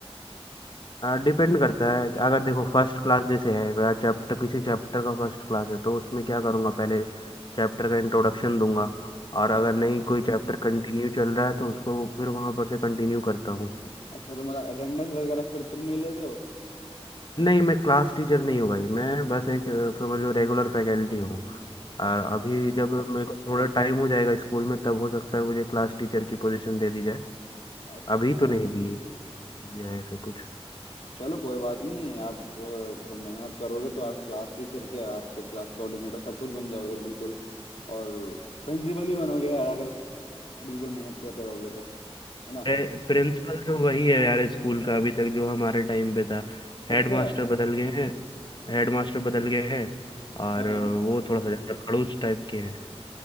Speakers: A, on the left (about 45°); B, on the left (about 65°).
A: डिपेंड करता है कि अगर देखो फर्स्ट क्लास जैसे है चैप्टर किसी चैप्टर का फर्स्ट क्लास है तो उसमें क्या करूँगा पहले चैप्टर का इंट्रोडक्शन दूंगा
B: अच्छा
A: और अगर
B: अच्छा
A: नहीं कोई चैप्टर कंटिन्यू चल रहा है तो उसको फिर वहाँ पर से कंटिन्यू करता हूँ
B: अच्छा तो मतलब अटेंडेंस वगैरह फिर तुम नहीं लेते हो
A: नहीं मैं क्लास टीचर नहीं हूँ भाई मैं बस एक अ, समझ लो रेगुलर फैकल्टी हूँ
B: अच्छा
A: और अभी जब मेरे को थोड़ा टाइम हो जाएगा स्कूल में तब हो सकता है मुझे क्लास टीचर की पोजीशन दे दी जाए
B: अच्छा
A: अभी तो नहीं दी है ऐसा कुछ
B: चलो कोई बात नहीं आप अ, मेहनत करोगे तो आप क्लास टीचर के आप तो क्लास कोऑर्डिनेटर सब कुछ बन जाओगे बिल्कुल और प्रिंसिपल भी बनोगे यार अगर बिल्कुल मेहनत करते रहोगे तो है ना
A: प्रिंसिपल तो वही है यार स्कूल का अभी तक जो हमारे टाइम पे था
B: अच्छा
A: हेड मास्टर बदल गए हैं हेड मास्टर बदल गए हैं और
B: हाँ
A: वो थोड़ा सा ज़्यादा खड़ूस टाइप के हैं